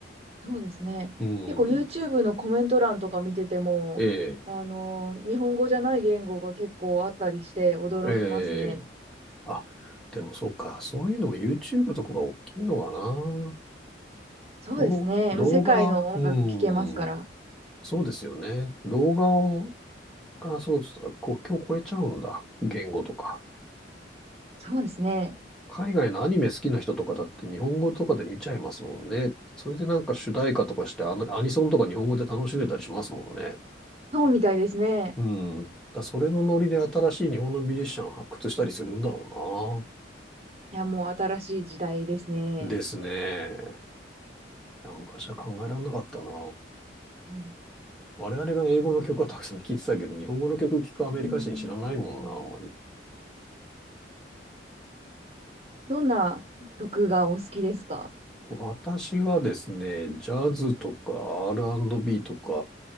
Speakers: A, on the right; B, in the centre.
A: そうですね。
B: うん。
A: 結構 YouTube のコメント欄とか見てても、
B: ええ、
A: あのー日本語じゃない言語が結構あったりして驚きますね。
B: ええ。あ、でもそうか。そういうのも YouTube とかが大きいのかな。
A: そうですね。
B: どう、動画、
A: もう世界の音楽聴けますから。
B: うん、そうですよね。動画を、が、そうです。国境を超えちゃうんだ。言語とか。
A: そうですね。
B: 海外のアニメ好きな人とかだって日本語とかで見ちゃいますもんね。それでなんか主題歌とかしてアニ、アニソンとか日本語で楽しんでたりしますもんね。
A: そうみたいですね。
B: うん。だそれのノリで新しい日本のミュージシャン発掘したりするんだろ
A: いや、もう新しい時代ですね。
B: うな。ですね。いや昔は考えられなかったな。
A: うん
B: 我々が英語の曲はたくさん聴いてたけど、日本語の曲聴くアメリカ人知らないもんな、
A: うん
B: あんまり。
A: どんな曲がお好きですか
B: 私はですね、ジャズとか R&B とか